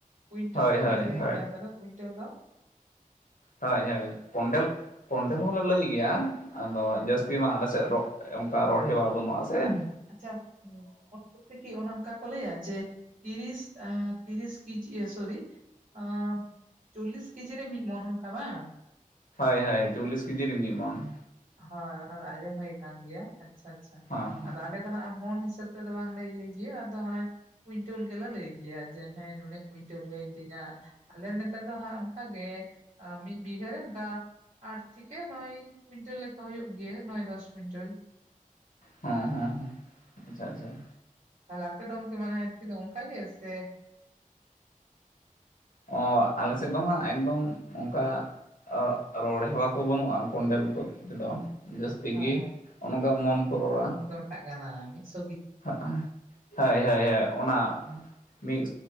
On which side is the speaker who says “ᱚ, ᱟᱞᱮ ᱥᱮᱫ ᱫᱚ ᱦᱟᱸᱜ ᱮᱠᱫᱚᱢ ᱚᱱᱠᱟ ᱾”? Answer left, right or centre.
Left